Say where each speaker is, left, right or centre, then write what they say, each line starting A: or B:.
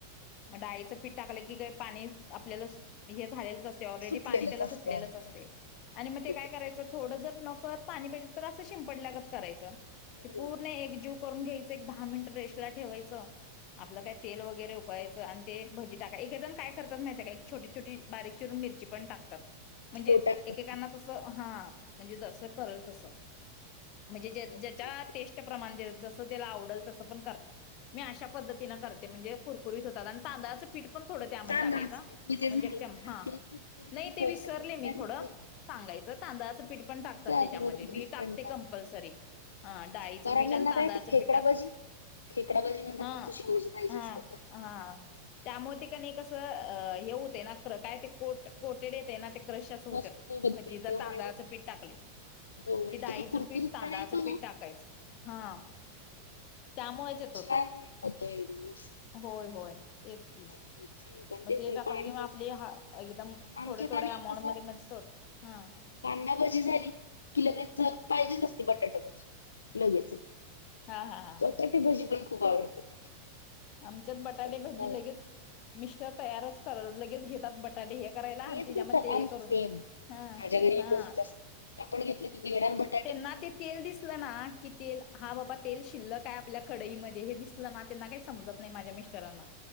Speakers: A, on the left (about 40°); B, on the left (about 75°).
A: डाळीचं पीठ टाकलं की काय पाणीस आपल्यालास हे झालेच अस चे ऑलरेडी
B: सुटलेलंच
A: पाणी त्याला
B: असतं
A: सुटलेलंच
B: आणि
A: असते
B: पाणी
A: आणि म
B: बरोबर
A: ते काय करायचो थोडं जर नकत पाणी पाहिजे तर अस शिंपडलागत करायच हे पूर्ण
B: हो.
A: एक जुक करून घ्यायचं एक दहा मिनिट रेस्टला ठेवायचं. आपलं काय तेल वगैरे उकळायचं आणि ते भजी टाकाय एक जण काय करतातत माहितय आहे काय छोटी छोटी बारीक चिरून मिरची पण टाकतात. म्हणजे
B: हो टाकतात
A: एकेकांना
B: की
A: तसं हा म्हणजे दसं करल तसं. म्हणजे ज्या
B: हो
A: ज्याच्या
B: तेच की
A: टेस्ट प्रमाण ज जसं त्याला आवडेल तसं पण करता. मी अशा पद्धतीनं करते म्हणजे कुरकुरीत होतात आणि तांदळाचं पीठ पण थोड त्या मन
B: तांदळाचं
A: टाकायचां
B: पीठ मी तेच
A: म्हणजे
B: म्हणलं
A: हा
B: की कुरकुरीत
A: नाही
B: खावसाठी
A: ते विसरले मी
B: काय
A: थोडं
B: करते
A: सांगायचं तांदळाचं पीठ पण टाकतात
B: तांदळाचं
A: त्याच्यामध्ये मी
B: पीठ
A: टाकते
B: पण
A: कंपल्सरी. हा डाळीचं
B: कारण
A: पीठ
B: ह्यांना
A: आणि तांदळाचं
B: काय ते खेकडा
A: पीठ टाकायचं.
B: भाजी खेकडा भाजी म्हणतात
A: हा
B: मंग तो शुमोजी पाहिजे
A: हा
B: असतात का?
A: हा. त्यामुळे ते का नाही कसं अ हे होते ना क्र काय ते कोट कोटेड येते ना ते क्रश असं होत्यात
B: मस्त बघते
A: भजी
B: एकदम
A: जर तांदळाचं
B: आणि
A: पीठ टाकले.
B: हो आणि
A: ते डाळीचं
B: तो जो कुरकुरीतपणा
A: पीठ, तांदळाचं
B: येतो
A: पीठ
B: ना
A: टाकायचं. हा त्यामुळेच येतो.
B: काय होतोय म.
A: होय होय तेच की.
B: हे छान आणि
A: म
B: तेच
A: ते टाकलं
B: पाणी
A: कि म
B: जास्त
A: आपले हा एकदम
B: आमच्यात
A: थोड्या-थोड्या
B: आणि
A: अमाऊंट
B: कसं
A: मध्ये म्हण सोड हा.
B: कांदा भजी झाली की लगेच जर पाहिजेच असती बटाटा भाजी. लगेचच
A: हा हा हा
B: बटाटे भजी पण खूप आवडतात.
A: आमच्यात बटाटे
B: त्यामुळे
A: भजी
B: काय
A: लगेच मिश्त्या तयारच करालो लगेच घेतात बटाटे हे करायला
B: तेच
A: आणि तेज्या
B: घेतात
A: म ते
B: आम
A: हे करून
B: सेम माझ्या
A: हा
B: घरी
A: हा.
B: तसच असतं. आपण घेतलं की घेणार बट
A: त्यांना ते तेल दिसलं ना कि तेल हा बाबा तेल शिल्लक हाय आपल्या कडईमध्ये हे दिसलं ना त्यांना काही समजत नाही माझ्या मिस्टरांना.